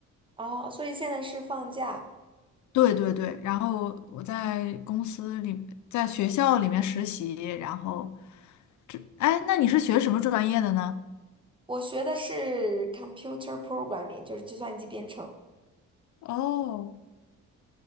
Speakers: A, on the right; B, on the left.
A: 哦，所以现在是放假。
B: 对对对，然后我在公司里，在学校里面实习，然后，哎，那你是学什么专业的呢？
A: 我学的是 computer programming，就是计算机编程。
B: 哦，